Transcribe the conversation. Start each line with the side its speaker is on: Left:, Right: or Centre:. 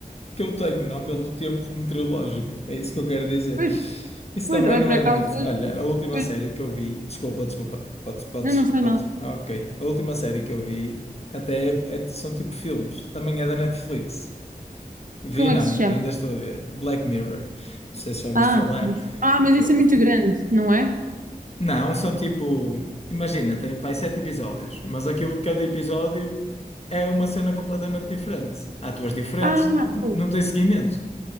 Left: que eu tenho, não pelo tempo meteorológico. É isso que eu quero dizer.
Right: Pois,
Left: Isso
Right: pois,
Left: também
Right: olha,
Left: não
Right: por
Left: é
Right: acaso.
Left: muito. Olha, a última
Right: Pois,
Left: série que eu vi. Desculpa, desculpa. Podes, podes,
Right: não, não
Left: podes.
Right: faz mal.
Left: Ah, ok. A última série que eu vi até é- é- são tipo filmes. Também é da Netflix. Vi
Right: Como
Left: não,
Right: é que se chama?
Left: ainda estou a ver. Black Mirror. Não sei se já ouviste
Right: Ah,
Left: falar.
Right: isso. ah, mas
Left: Pronto.
Right: isso é muito grande, não é?
Left: Não, são tipo, imagina, tem pai sete episódios, mas aquilo que cada episódio é uma cena completamente diferente. Há atores diferentes,
Right: Ah,
Left: t-
Right: pois.
Left: não tem seguimento.